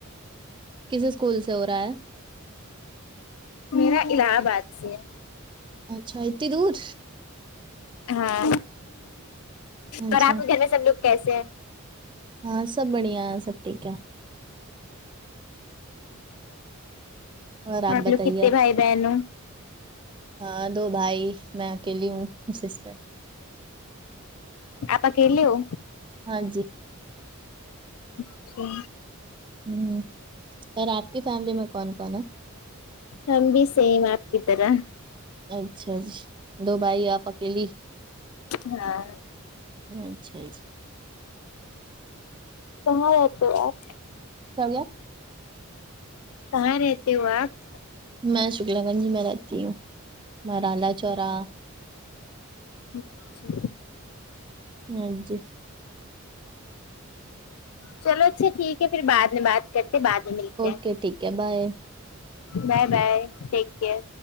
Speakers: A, on the right (about 20°); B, on the left (about 85°).
A: کس اسکول سے ہو رہا ہے
B: میرا الہ آباد سے ہے
A: اچھا اتی دور
B: ہاں
A: اچھا
B: اور آپ کے گھر میں سب لوگ کیسے ہیں
A: ہاں سب بڑھیا سب ٹھیک ہے اور آپ بتائیے
B: لوگ کتنے بھائی بہن ہو
A: ہاں دو بھائی میں اکیلی ہوں سسٹر
B: آپ اکیلے ہو
A: ہاں جی
B: اچھا
A: ہوں اور آپ کی فیملی میں کون کون ہے
B: ہم بھی سیم آپ کی طرح
A: اچھا جی دو بھائی آپ اکیلی
B: ہاں
A: اچھا جی
B: کہاں رہتے ہو آپ
A: کیا ہو گیا
B: کہاں رہتے ہو آپ
A: میں شکلا گنج میں رہتی ہوں مرالا چوراہا
B: اچھا
A: ہاں جی
B: چلو اچھا ٹھیک ہے پھر بعد میں بات کرتے بعد میں ملتے
A: اوکے
B: ہیں
A: ٹھیک ہے بائے
B: بائے بائے ٹیک کیر